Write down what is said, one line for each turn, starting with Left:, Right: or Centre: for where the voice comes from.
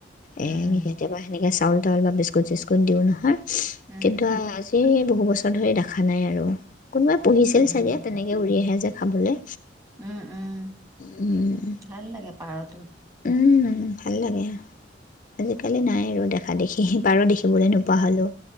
Right: উম
Left: এ কেতিয়াবা সেনেকে চাউল তাৰ অলপ বিস্কুট চিস্কুট দিও নহয়।
Right: উম
Left: কিন্তু আজি বহুব বছৰ ধৰি দেখা নাই আৰু। কোনোবাই পঢ়িছিল
Right: উম
Left: ছাগে তেনেকে উৰি আহেযে খাবলৈ
Right: উম উম
Left: উম।
Right: ভাল লাগে পাৰতো।
Left: উম ভাল লাগে, ‌ আজিকালি নাই আৰু দেখা দেখি। পাৰোঁ দেখিবলৈ নোপোৱা হলো,